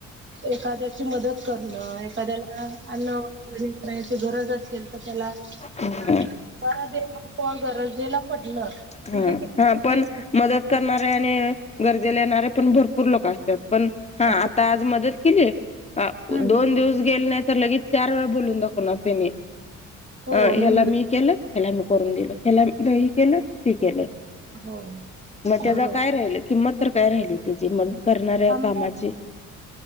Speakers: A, on the right; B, on the left.
A: एखाद्याची मदत करणं एखाद्याला अन्न वापरणी करायची गरज असेल त्याला
B: ह
A: <unintelligible> गरजेला. पडलं
B: हा
A: ते देखील
B: हा,
A: चुकीचं
B: पण मदत करणारे आणि गरजेला येणारे पण भरपूर लोक असतात. पण हा
A: असतं.
B: आता आज मदत केली
A: हम्म
B: दोन दिवस गेले नाही तर लगेच चार वेळा बोलून दाखवणार त्यांनी
A: हो
B: अ ह्याला
A: मदत
B: मी केलं हेला मी करून दिल, खला हे केलं ती केलं.
A: हो
B: मग त्याचा
A: बरोबर
B: काय राहिल किंमत तर काय राहिली त्याची म करणाऱ्या
A: त्यामुळं
B: कामाची.